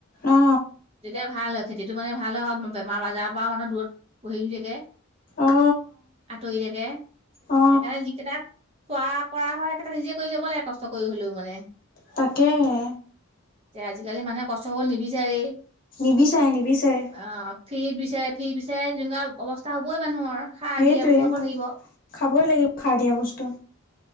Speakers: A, on the left; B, on the right.
A: অ
B: তেতিয়া ভাল হয় খেতিটো মানে ভাল হয় বেমাৰ আজাৰ পাওঁ মানুহ দূৰত, পঢ়ি শুই থাকে
A: অ
B: আঁতৰি থাকে
A: অ
B: সেইকাৰণে যিকেইটাক চোৱা কৰা হয় একেটা নিজে কৰি যাব লাগে কষ্ট কৰি হলেও মানে
A: তাকেহে
B: যে আজিকালি মানুহে কষ্ট কৰিবলৈ নিবিচাৰে
A: নিবিচাৰে নিবিচাৰে
B: আহ ফ্ৰিত বি ফ্ৰিত বিচাৰে তেনেকুৱা অৱস্থা হবই মানুহৰ সাৰ
A: সেইটোৱে
B: দিয়া বস্তু খাব লাগিব উম
A: খাবই লাগিব সাৰ দিয়া বস্তু